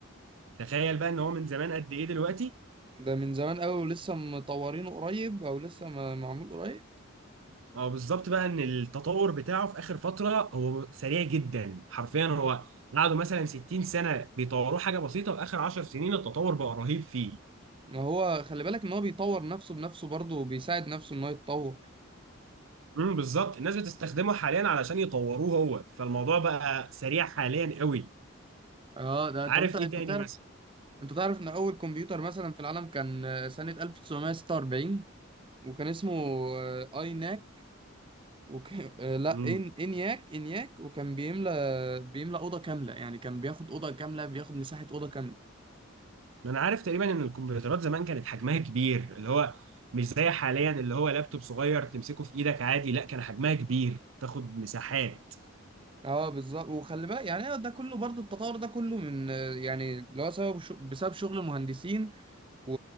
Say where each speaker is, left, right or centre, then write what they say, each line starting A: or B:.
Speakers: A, on the right; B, on the right.
A: تخيل بقى ان هو من زمان قد ايه دلوقتي
B: ده من زمان قوي ولسه مطورينه قريب او لسه ما- معمول قريب
A: اه بالظبط بقى ان التطور بتاعه في اخر فتره هو سريع جدا حرفيا هو قعدوا مثلا 60 سنه بيطوروه حاجه بسيطه واخر 10 سنين التطور بقى رهيب فيه
B: ما هو خلي بالك ان هو بيطور نفسه بنفسه برضه وبيساعد نفسه ان هو يتطور
A: امم بالظبط الناس بتستخدمه حاليا علشان يطوروه هو فالموضوع بقى سريع حاليا قوي
B: اه ده
A: عارف
B: طب انت
A: ايه
B: انت
A: تاني
B: تعرف
A: مثلا
B: انت تعرف ان اول كمبيوتر مثلا في العالم كان آه، سنة 1946 وكان اسمه اي ناك وك... آه، لا
A: امم
B: ان انياك انياك وكان بيملى بيملى اوضه كامله يعني كان بياخد اوضه كامله بياخد مساحه اوضه كامله
A: انا عارف تقريبا ان الكمبيوترات زمان كانت حجمها كبير اللي هو مش زي حاليا اللي هو لابتوب صغير تمسكه في ايدك عادي لا كان حجمها كبير تاخد مساحات
B: اه بالظبط وخلي بالك يعني ده كله برضو التطور ده كله من آه، يعني اللي هو سبب بسبب شغل مهندسين و...